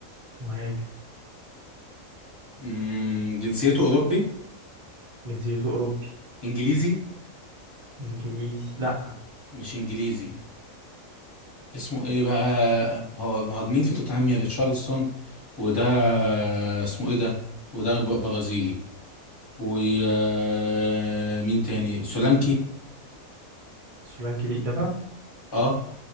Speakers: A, on the right; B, on the left.
A: مهاجم
B: مم، جنسيته أوروبي
A: جنسيته اوروبي
B: إنجليزي
A: انجليزي لا
B: مش إنجليزي اسمه ايه بقى هو مهاجمين في توتنهام يا ريتشارلسون وده اسمه ايه ده وده ب- برازيلي ومين تاني سولانكي
A: سولانكي دي اجابة
B: اه